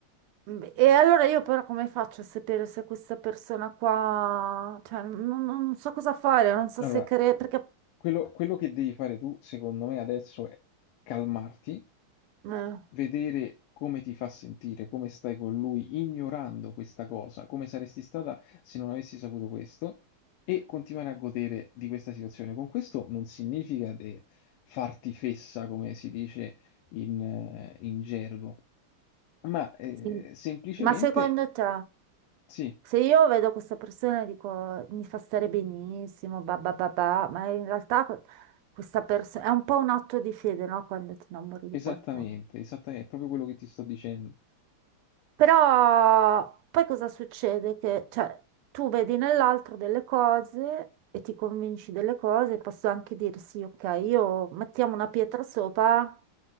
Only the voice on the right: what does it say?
Beh, E allora io però come faccio a sapere se questa persona qua, cioè non, non- non so cosa fare, non so
se credere, perché...
eh,
sì.
Ma secondo te,
se io vedo questa persona e dico mi fa stare benissimo, ba ba ba ba", ma in realtà que- questa persona è un po' un atto di fede, no? Quando ti innamori di
qualcuno.
Però poi cosa succede? Che cioè, tu vedi nell'altro delle cose e ti convinci delle cose, posso anche dire sì, ok, io mettiamo una pietra sopra,